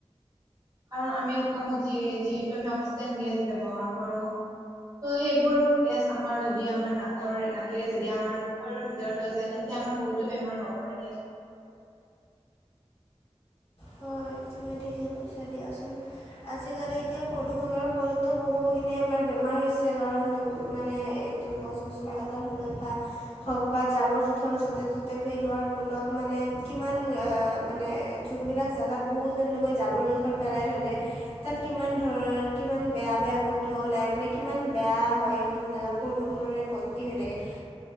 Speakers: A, on the right; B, on the left.
A: কাৰণ আমি উশাহত যি যিহেতু আমি অক্সিজেন গেছ ব্যৱহাৰ কৰো ত' সেইবোৰ গেছ আমাৰ যদি আমাৰ নাকৰ নাকেৰে যদি আমাৰ শৰীৰৰ ভিতৰলৈ যায় তেন্তে আমাৰ বহুতো বেমাৰ হ'ব পাৰে দিয়াচোন
B: হয় তুমি ঠিকেই কৈছা দিয়াচোন আজিকালি এতিয়া প্ৰদূষণৰ ফলতো বহুখিনি আমাৰ বেমাৰ হৈছে কাৰণ মানে এই টো গছ গছনি কাটাৰ ফলত বা হওক বা জাবৰ জোথৰ য'তে ত'তে পেলোৱাৰ ফলত মানে কিমান অ মানে যোনবিলাক জেগাত বহুত তেনেকৈ জাবৰ জোথৰ পেলাই থৈ দিয়ে তাত কিমান ধৰ কিমান বেয়া বেয়া গোন্ধ ওলাই মানে কিমান বেয়া হয় সেইখিনি জেগা প্ৰদূষণৰে ভৰ্তি হৈ থাকে